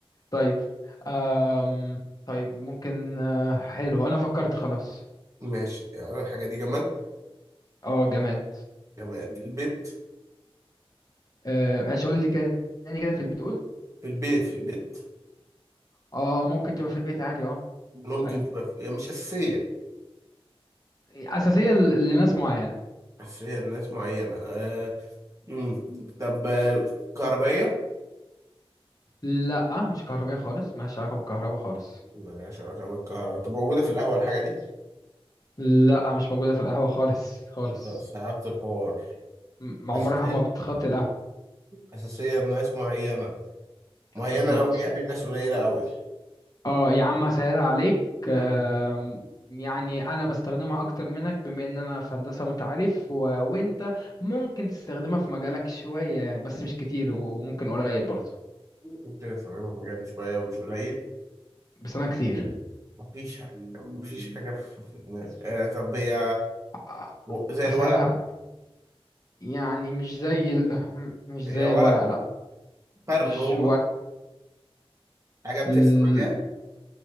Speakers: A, on the left; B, on the right.
A: طيب أم طيب ممكن آه، حلو انا فكرت خلاص
B: ماشي يعني الحاجة دي جماد
A: اه جامد
B: جماد في البيت
A: آه، ايش قول لي كده تاني كده في البيت قول
B: في البيت في البيت
A: اه ممكن تبقى في البيت عادي اه
B: ممكن
A: ايوه
B: تبقى في... يعني مش أساسية
A: اساسيه ل- لناس معينه
B: أساسية لناس معينة آه... امم طب آه، كهربائية؟
A: لا مش كهربائية خالص مالهاش علاقة بالكهرباء خالص
B: ملهاش علاقة بالكهرباء طب موجودة في القهوة الحاجة دي؟
A: لا مش موجودة في القهوة خالص خالص
B: طب صعبت الحوار
A: م-
B: أساسية
A: عمرها ما بتخطي القهوة
B: أساسية ناس معينة معينة
A: بالظبط
B: أوي يعني ناس قليلة أوي
A: اه يا عم هسهلها عليك آم،
B: مم.
A: يعني انا بستخدمها اكتر منك بما ان انا في هندسة وانت عارف و... وانت ممكن تستخدمها في مجالك شوية يعني بس مش كتير وممكن قليل برضه
B: ممكن أستخدمها في مجالي شوية ومش قليل
A: بس انا كتير
B: مفيش حاجة مفيش حاجة في في دماغي آه طب هي
A: آه،
B: و- زي الورق
A: هسهلها عليك يعني مش زي ال... مش
B: هي
A: زي
B: ورق
A: الورق لا
B: فرغ
A: مش
B: هو حاجة بترسم
A: ورق
B: عليها